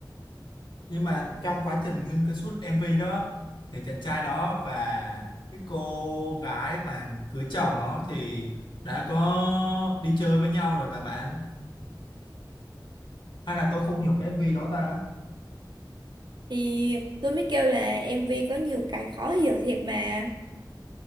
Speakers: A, on the left; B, on the right.
A: Nhưng mà trong quá trình nguyên cái suốt MV đó thì chàng trai đó và cái cô gái mà cưới chồng đó thì đã có đi chơi với nhau rồi mà bạn. Hay là tôi không hiểu cái MV đó ta?
B: Thì tôi mới kêu là MV có nhiều cái khó hiểu thiệt mà